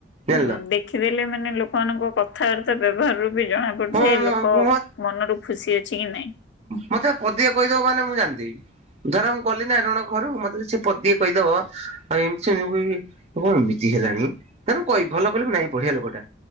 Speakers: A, on the right; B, on the left.
A: ଜାଣିଲ
B: ହୁଁ ଦେଖିଦେଲେ ମାନେ ଲୋକମାନଙ୍କ କଥାବାର୍ତ୍ତା ବ୍ୟବହାରରୁ ବି ଜଣା ପଡୁଛି
A: ହଁ
B: ଯେ
A: ମ
B: ଲୋକ
A: ମ
B: ମନରୁ ଖୁସି ଅଛି କି ନାଇଁ
A: ମତେ ପା ପଦିଏ କହିଦବ ମାନେ ମୁଁ ଜାଣିଦେବି ଧର ମୁଁ ଗଲି ନା ଜଣଙ୍କ ଘରକୁ ମତେ ପଦିଏ କହିଦବ ଆଉ ଏମିତି ସେମିତି କହି ଏମିତି ହେଲାଣି ତାହାଲେ ମୁଁ କହିବି ଭଲ କରି ମୁଁ ନାଇଁ ପ ଢ଼ିଆ ଲୋକଟା